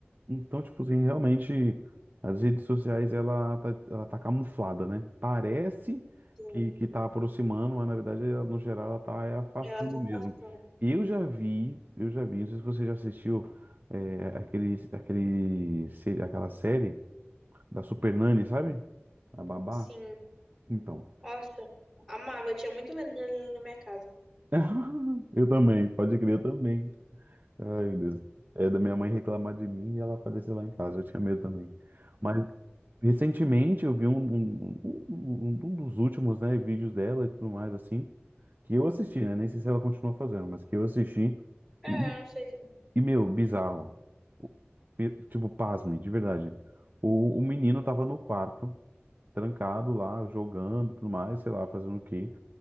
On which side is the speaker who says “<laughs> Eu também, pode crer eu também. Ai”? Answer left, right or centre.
Right